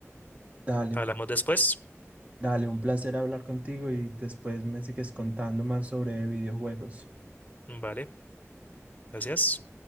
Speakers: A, on the right; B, on the left.
A: Dale.
B: Hablamos después.
A: Dale, un placer hablar contigo y después me sigues contando más sobre videojuegos.
B: Vale, gracias.